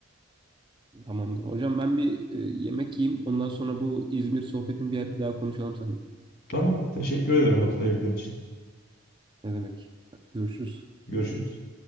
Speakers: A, on the right (about 25°); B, on the left (about 50°).
A: Tamamdır. Hocam ben bir e, yemek yiyeyim. Ondan sonra bu İzmir sohbetini bir, bir daha konuşalım seninle.
B: Tamam. Teşekkür ederim vakit ayırdığın için.
A: Ne demek? Görüşürüz.
B: Görüşürüz.